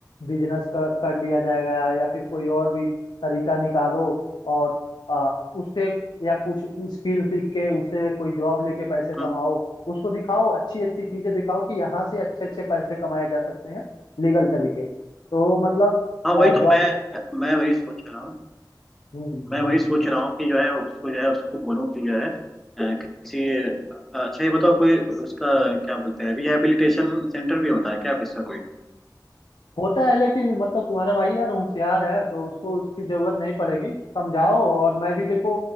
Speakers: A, on the left (about 85°); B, in the centre.
A: बिजनेस कर, कर लिया जाएगा या फिर कोई और भी तरीका निकालो और आ, उससे या कुछ स्किल सीख के उससे कोई जॉब लेके पैसे कमाओ
B: हम्म,
A: उसको दिखाओ अच्छी अच्छी चीजें दिखाओ कि यहाँ से अच्छे अच्छे पैसे कमाए जा सकते हैं लीगल तरीके तो मतलब
B: हाँ वही तो
A: जॉब
B: मैं मैं वही सोच रहा हूँ
A: हम्म
B: मैं
A: हम्म
B: वही सोच रहा हूँ कि जो है उसको जो है उसको बोलूँ कि जो है अ, किसी अच्छा ये बताओ कोई उसका क्या बोलते हैं रिहैबिलिटेशन सेंटर भी होता है क्या किसका
A: होता है लेकिन मतलब तुम्हारा भाई यार होशियार है तो उसको उसकी जरूरत नहीं पड़ेगी समझाओ और मैं भी देखो